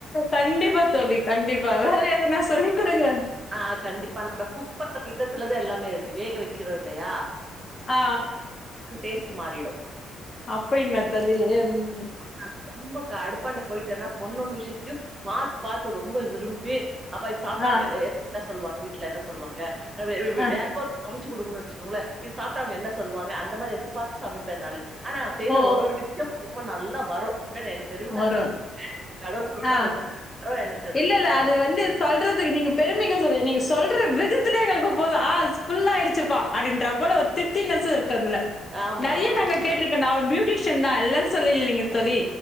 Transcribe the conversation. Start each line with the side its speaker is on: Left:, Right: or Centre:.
Left: கண்டிப்பா தோழி கண்டிப்பா வேற எதுனா சொல்லி குடுங்க
Right: ஆ கண்டிப்பா நம்ப குக் பண்ற விதத்துலதா எல்லாமே இருக்கு வேக வக்கிறோ இல்லயா
Left: ஆ
Right: டேஸ்ட்டு மாறிடு
Left: அப்டிங்ளா தோழி ம்
Right: நான் ரொம்ப க அடுப்பாண்ட போய்ட்டனா ஒன்னொன்னு விஷ்யத்தையு பாத் பாத்து ரொம்ப விரும்பி அப்ப இது சாப்ட்டாங்க
Left: ஆ
Right: எ எ என்ன சொல்வாங்க வீட்ல என்ன சொல்வாங்க வே வே
Left: ஆ
Right: வேற இப்ப ஒருத்தோங்களுக்கு சமச்சு குடுக்குனு வச்சுகோங்ளே இத சாப்ட்டு அவுங்க என்ன சொல்வாங்க அந்த மாறி எதிர்பாத்து சமைப்பே நானு ஆனா செய்ற
Left: ஓ
Right: ஒரு ஒரு விஷ்யம் ரொம்ப நல்லா வரு என்ன வேனு பெருமக்காக
Left: ஓ வரும்
Right: சொல்லிக்கல கடவுள் குடுத்த
Left: ஆ
Right: ஒரு சின்ன வரோ எனக்கு அது
Left: இல்ல, இல்ல.
Right: ம் ய
Left: வந்து சொல்றதுக்கு நீங்க பெருமைக்கு சொல்லல நீங்க சொல்ற விதத்துல எங்களுக்கு போது ஆ ஃபுல் ஆயிடுச்சி பா அப்டின்றா போல திருப்தினெசு இருக்கு அதுல
Right: ஆமா,
Left: நெறையா
Right: ஆமா.
Left: நாங்க
Right: இப்
Left: கேட்டிருக்க நா ஒரு பியூட்டிஷியன் தா இல்லன் சொல்லலிங்க தோழி